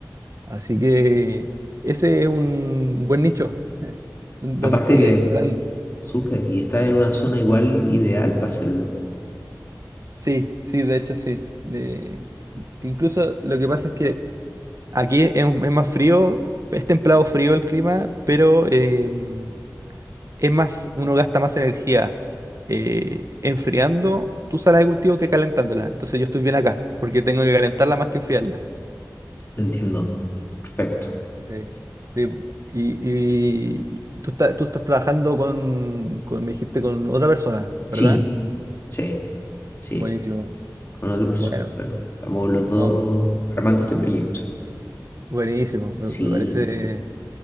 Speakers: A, on the right (about 45°); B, on the left (about 30°).
A: Así que ese es un buen nicho <laughs> donde
B: Aparte
A: seguir
B: que,
A: explorando.
B: súper, y está en una zona igual ideal para hacerlo.
A: Sí, sí, de hecho sí. De, incluso lo que pasa es que aquí es, es más frío, es templado frío el clima, pero... em, es más, uno gasta más energía eh, enfriando tu sala de cultivo que calentándola. Entonces yo estoy bien acá, porque tengo que calentarla más que enfriarla.
B: Entiendo. Perfecto.
A: Sí, sí, po. Y, y tú estás, tú estás trabajando con, con, me dijiste, con otra persona, ¿verdad?
B: Sí, sí, sí.
A: Buenísimo.
B: con otra persona,
A: Bueno,
B: claro. Estamos los dos
A: no,
B: armando este proyecto.
A: buenísimo. Me,
B: Sí,
A: me parece